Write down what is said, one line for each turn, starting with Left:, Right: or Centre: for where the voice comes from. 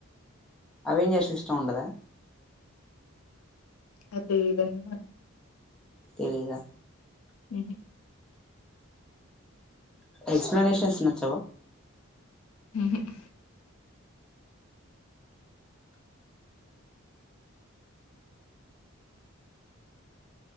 Centre: అవేంజర్స్ ఇష్టం ఉండదా
Left: అద్ దెలీదండి నాకు
Centre: తెలీద
Left: ఉహు
Centre: ఎక్స్ప్లనేషన్స్ నచ్చవా
Left: ఉహు ఉ